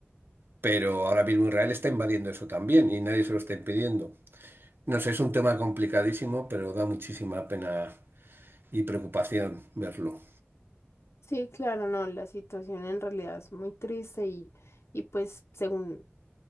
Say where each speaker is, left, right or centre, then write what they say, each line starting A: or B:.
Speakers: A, on the right; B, on the left.
A: Pero ahora mismo Israel está invadiendo eso también y nadie se lo está impidiendo. No sé, es un tema complicadísimo, pero da muchísima pena y preocupación verlo.
B: Sí, claro, no, la situación en realidad es muy triste y, y pues según